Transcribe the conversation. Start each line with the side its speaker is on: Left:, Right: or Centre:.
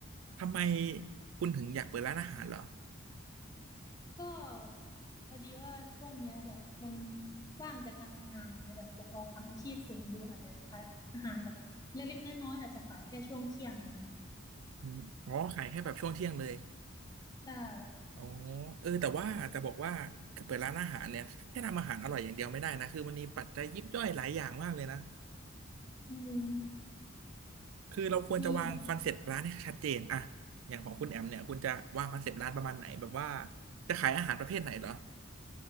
Right: ทำไมคุณถึงอยากเปิดร้านอาหารเหรอ
Left: ก็พอดีว่าช่วงเนี้ยแบบมันว่างจากการทำงานอะเนี่ยแบบอยากลองทำอาชีพเสริมดูอาจจะขายอาหารแบบเล็กๆน้อยๆอาจจะขายแค่ช่วงเที่ยงอย่างเงี้ย
Right: อืมอ๋อขายแค่แบบช่วงเที่ยงเลย
Left: ได้
Right: อ๋อเออแต่ว่าจะบอกว่าเปิดร้านอาหารเนี่ยแค่ทำอาหารอร่อยอย่างเดียวไม่ได้นะคือมันมีปัจจัยยิบย่อยหลายอย่างมากเลยนะ
Left: อืม
Right: คือเราควรจะวางคอนเซ็ปต์ร้านให้ชัดเจนอะ
Left: มีแบบ
Right: อย่างของคุณแอมเนี่ยคุณจะวางคอนเซ็ปต์ร้านประมาณไหนแบบว่าจะขายอาหารประเภทไหนเหรอ